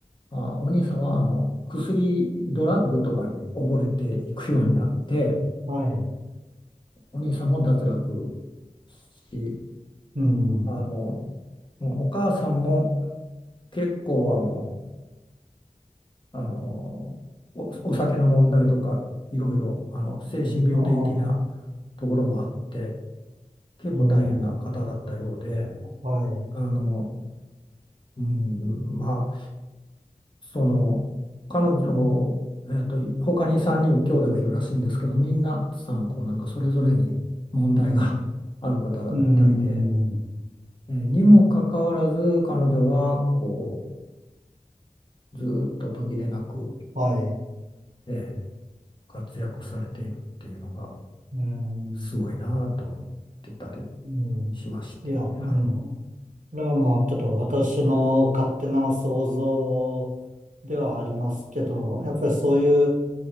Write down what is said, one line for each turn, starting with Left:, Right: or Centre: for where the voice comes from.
Left: あ、お兄さんはあの薬、ドラッグとかに溺れていくようになって、
Right: はい。
Left: お兄さんも脱落し、
Right: うん。
Left: あの、もうお母さんも結構あの、あのお、お酒の問題とかいろいろあの精神病的な
Right: ああ、
Left: ところもあって結構大変な方だったようで
Right: うん。はい。
Left: あの、うん、まあその彼女、えーと、他に3人兄弟がいるらしいんですけどみんなさんこうなんかそれぞれに問題が
Right: うん。
Left: <laughs> ある方みたいで、
Right: うん。
Left: えーにもかかわらず彼女はこうずーっと途切れなく、
Right: はい。
Left: えー活躍されているっていうのが
Right: うん。
Left: すごいなと思ってたり
Right: うん。
Left: しまして、
Right: いや、うん。
Left: はい。
Right: これはまあ、ちょっと私の勝手な想像ではありますけど、やっぱりそういう